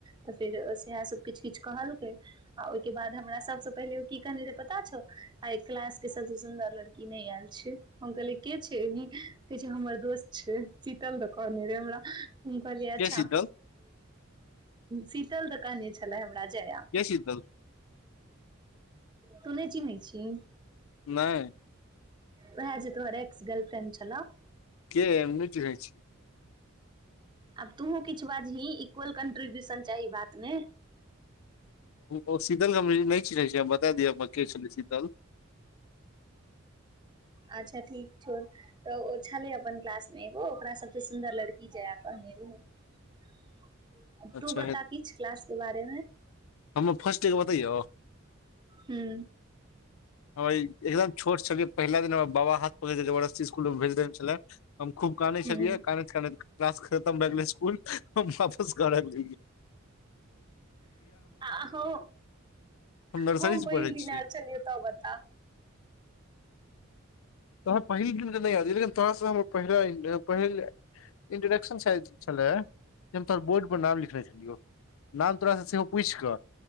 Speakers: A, on the right; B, on the left.
A: तऽ फेर सैहै सब किछ किछ कहलकयि आ ओइके बाद हमरा सबसे पहिले ओ की कहने रहै पता छौ आइ क्लासके सभसँ सुन्दर लड़की नहि आयल छै हम कहलियै के छै कहै छै हमर दोस्त छै शीतल दऽ कहने रहै हमरा हम कहलियै
B: के
A: अच्छा
B: शीतल
A: शीतल दऽ कहने छलै हमरा जया
B: के शीतल
A: तूं नहि चिन्है छिन्हि
B: नहि
A: ओहै जे तोहर एक्स गर्ल फ्रेंड छलौ
B: के हम नहि चिन्हैय छियै
A: आब तोहूँ किछु बाजही इक्वल कन्ट्रीब्यूशन चाही बातमे
B: ओ शीतलके हम नहि चिन्है छियै हम बता दिअ हमरा के छलै शीतल
A: अच्छा ठीक छौ तऽ ओ छलै अपन क्लासमे एगो ओकरा सबसँ सुन्दर लड़की जया कहने रहय
B: अच्छा
A: तू बता किछु क्लासके बारेमे
B: हम फर्स्ट डे के बतैयौ
A: हूँ
B: हम एकदम छोट छलियै पहिला दिन हमरा बाबा हाथ पकड़ि कऽ जबरदस्ती स्कुल मे भेज देने छलय हम खूब कानै
A: हूँ
B: छलियै कानैत कानैत क्लास खतम भऽ गेलै स्कुल हम वापस घर आइब गेलयै।
A: आहो
B: नर्सरी
A: हम
B: से
A: पहिल
B: पढ़ै
A: दिन
B: छियै
A: आयल छलियै तब बता
B: तोहर पहिल दिन कै नहि याद छौलेकिन तोहराससँ हमर पहिला पहिल इंट्रोडक्शन च छलए जे हम तोहरा बोर्डपर नाम लिखने छलियौ नाम तोराँ सेहो पूछि कऽ